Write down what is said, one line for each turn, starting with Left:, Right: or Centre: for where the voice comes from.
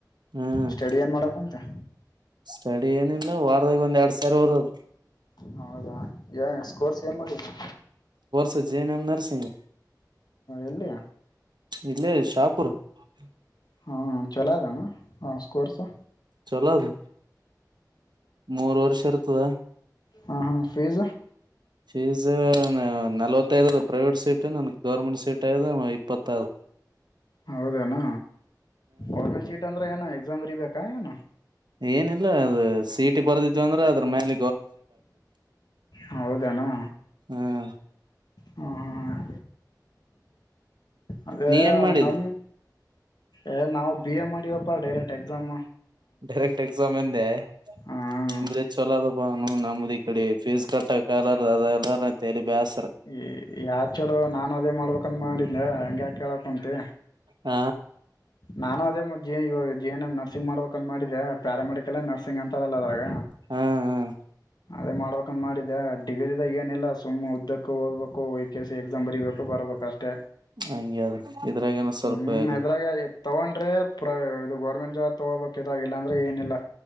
Right: ಹ್ಮ್
Left: ಸ್ಟೇಡಿ ಏನ್ ಮಾಡಕ್ ಉಂತ್. <unintelligible>
Right: ಸ್ಟಡಿ ಏನಿಲ್ಲ ವಾರದಾಗ ಒಂದ್ ಎರಡ್ ಸಾರಿ ಹಓದದು
Left: ಹೌದಾ ಸ್ಕೋರ್ಸ್ ಏನ್ ಮಾಡುದು
Right: ಸುಜಯನಂ ನರ್ಸಿಂಗ್
Left: ಎಲ್ಲಿ
Right: ಇಲ್ಲಿ ಶಾಪುರ್. ಓಕೆ
Left: ಹಾ ಚಲೋದಾನ ಹಾ ಸ್ಕೋರ್ಸು.
Right: ಚಲೋದು ಮೂರ್ ವರ್ಷ ಇರುತ್ ತದ
Left: ಹಾ ಹಾ ಫೀಝ
Right: ಫೀಸ್ ನಲ್ವತ್ತೈದ ಅದ ಪ್ರೈವೇಟ್ ಸೀಟ್ ನನ್ಗೆ ಗೌರ್ಮೆಂಟ್ ಸೀಟ್ ಅಯ್ದ ಇಪ್ಪತ.
Left: ಹೌದೇನಾ ಒಳ್ಮೆ ಶಿಟ್ ಅಂದ್ರೆ ಏನಾಗೈತ್ ಜಂಬ್ರಿ ಬೇಕ ಏನು.
Right: ಏನಿಲ್ಲ ಅದು ಸೀಟಿ ಬರ್ದಿದ್ದತ್ತು ಅಂದ್ರೆ ಅದ್ರ ಮ್ಯಾಲ್
Left: ಹೌದೆನಾ
Right: ಹ್ಮ್
Left: ಹ ಹ. ಅದೇ
Right: ನೀ ಏನ್ ಮಾಡಿದಿ
Left: ನಮ್ ಏ ನಾವು ಬಿ ಎ ಮಾಡಿವಪ್ಪಾ ಡೈರೆಕ್ಟ್ ಎಕ್ಸಾಮ್.
Right: ಡೈರೆಕ್ಟ್ ಎಕ್ಸಾಮ್ ಎಂದೆ
Left: ಹಾಂ
Right: ನಿಮ್ದೆ ಚಲೋ ಅದ್ ಹು ನಮ್ಮದ್ ಇಕಡೆ. ಫೀಸ್ ಕಟ್ಟಕಲ್ಲ <unintelligible> ತೇರಿ ಬ್ಯಸ್.
Left: ಈ ಯಾತ್ ಚಲೋ ನಾನು ಅದೇ ಮಾಡ್ಬೇಕಂತ ಮಾಡಿ ಹಂಗ್ ಯಾಕ್ ಹೇಳಕ್ ಹೊಂಟಿ.
Right: ಹ
Left: ನಾನು ಅದೇ ಮಾ ಇವ G G N M nursing ಮಾಡ್ಬೇಕ್ ಅಂತ್ ಮಾಡಿದ್ದಿದೆ ಪ್ಯಾರಾಮೆಡಿಕಲ್ ನರ್ಸಿಂಗ್ ಅಂತಾರಲ್ಲ ಅದ್ರಾಗ.
Right: ಹಾ ಹ
Left: ಅದೇ ಮಾಡ್ಬೇಕಂದ್ ಮಾಡಿದೆ ಡಿಗ್ರಿದಾಗ ಏನಿಲ್ಲ ಸುಮ್ಮ್ ಉದ್ದಕ್ ದಬೇಕು ಈ ಕೆ ಸಿ ಎಕ್ಸ್ ಬರ್ಬೇಕು ಬರಬೇಕು ಅಷ್ಟೆ.
Right: ಹಂಗೆ ಅದ ಇದ್ರಾಗನ ಸ್ವಲ್ಪ
Left: ಹ್ಮ್
Right: ಅದ
Left: ಇದ್ರಾಗ ತಗೊಂಡ್ ಅಂದ್ರೆ ಪ್ರ ಇದು ಗೌರ್ಮೆಂಟ್ ಜಾಬ್ ತೊಗೋಬೇಕಕ್ ಇದಾಗಿಲ್ಲ ಅಂದ್ರೆ ಏನಿಲ್ಲ